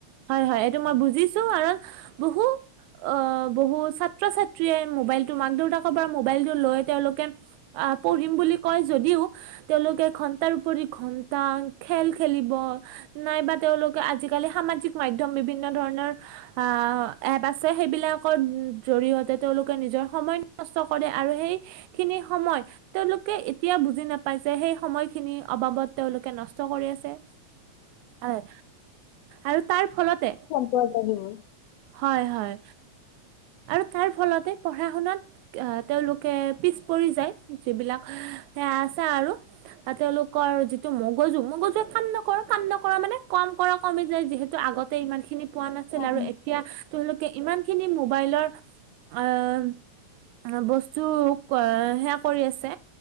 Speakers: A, on the right (about 80°); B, on the left (about 85°).
A: হয় হয়, এইটো মই বুজিছো কাৰণ বহু অ' বহু ছা ছাত্ৰ-ছাত্ৰীয়ে মোবাইলটো মাক দেউতাকৰ পৰা মোবাইলটো লৈ তেওঁলোকে- আহ' পঢ়িম বুলি কয় যদিও- তেওঁলোকে ঘন্টাৰ উপৰি ঘন্টা খেল খেলিব- নাইবা তেওঁলোকে আজিকালি সামাজিক মাধ্যম বিভিন্ন ধৰণৰ- আহ' এপ আছে সেইবিলাকত- জৰিয়তে তেওঁলোকে নিজৰ সময় নষ্ট কৰে আৰু সেইখিনি সময়- তেওঁলোকে এতিয়া বুজি নাপাই যে সেই সময়খিনিৰ অবাবত তেওঁলোকে নষ্ট কৰি আছে। হয় আৰু তাৰ ফলতে-
B: পইন্ট আহিবই।
A: হয় হয় আৰু তাৰ ফলতে পঢ়া শুনাত- আহ' তেওঁলোকে পিছ পৰি যায় যিবিলাক সেয়া আছে আৰু। বা তেওঁলোকৰ যিটো মগজু, মগজুৱে কাম নকৰে কাম নকৰা মানে কাম কৰা কমি যায় যিহেতু- আগতে ইমান খিনি পোৱা নাছিল
B: হয়
A: আৰু
B: হয়
A: এ তিয়া তেওঁলোকে ইমান খিনি মোবাইলৰ আহ' বস্তু হেয়া কৰি আছে।